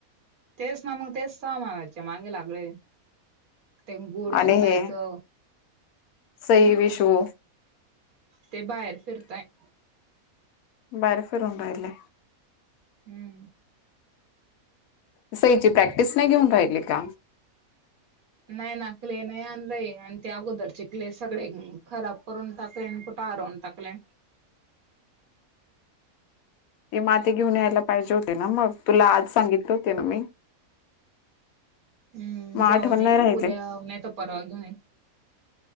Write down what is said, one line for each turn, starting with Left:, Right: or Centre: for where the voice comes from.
Right: तेच ना मग तेच सामानाच्या मागे लागलोय. ते गुळ
Left: आणि
Right: कुटायचं
Left: हे सई
Right: हम्
Left: विषवू
Right: ते बाहेर फिरताय.
Left: बाहेर फिरून राहिले.
Right: हम्म.
Left: सईची प्रॅक्टिस नाही घेऊन राहिली का?
Right: नाही ना क्ले नाही आणलाय आणि त्या अगोदरचे क्ले सगळे खराब करून टाकले आणि कुठे हरवून टाकले.
Left: ते माती घेऊन यायला पाहिजे होते ना मग तुला आज सांगितले होते ना मी.
Right: हम्म
Left: मग आठवण
Right: जाऊ दे
Left: नाही राहिली.
Right: उद्या नाही तर परवा घेऊन ये